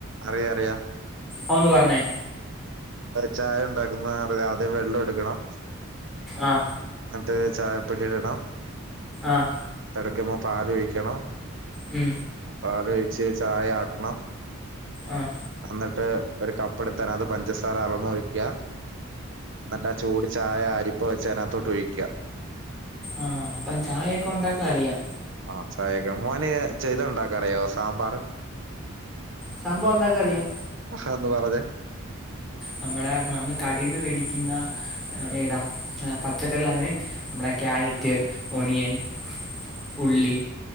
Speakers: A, on the right; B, in the centre.
A: അറിയാം അറിയാം
B: ഒ ന്ന് പറഞ്ഞേ
A: ചായ ഉണ്ടാക്കുന്ന ആദ്യം വെള്ളം എടുക്കണം
B: ആഹ്
A: ന്നിട്ട് ചായപ്പൊടിടണം
B: ആഹ്
A: തിളക്കുമ്പോൾ പാല് ഒഴിക്കണം
B: ഉം
A: പാലൊഴിച് ചായ ആക്കണം
B: ആഹ്
A: എന്നിട്ട് ഒരു കപ്പ എടുത്താൻ അത് പഞ്ചസാര അളന്നൊഴിക്കുക എന്നിട്ട് ആ ചൂടി ചായ അരിപ്പ വെച്ച അയ്നകത്തോട്ട് ഒഴിക്ക
B: ആഹ് അപ്പം ചായ ഒക്കെ ഉണ്ടാക്കാൻ അറിയാം
A: ആഹ് ചായക്കെ മോന ചെയ്ത ഉണ്ടാക്ക അറിയോ സാമ്പാർ
B: സംഭവ എന്താക്ക അറിയാം
A: അഹ ഒന്ന് പറഞ്ഞെ
B: നമ്മളെ നമ്മൾ കടയിൽന്ന് മേടിക്കുന്ന ഏതാ പച്ചക്കറി അതിന് നമ്മുടെ ക്യാരറ്റ് ഓണിയൻ ഉള്ളി